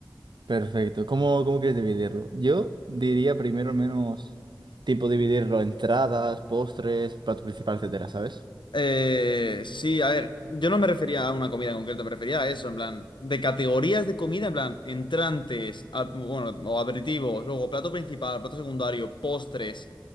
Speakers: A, on the right (about 70°); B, on the left (about 80°).
A: Perfecto. ¿Cómo, cómo quieres dividirlo? Yo diría primero al menos tipo dividirlo entradas, postres, plato principal, etcétera, ¿sabes?
B: Eh, sí, a ver, yo no me refería a una comida en concreto, me refería a eso, en plan, de categorías de comida, en plan, entrantes, ap- bueno, o aperitivos, luego plato principal, plato secundario, postres,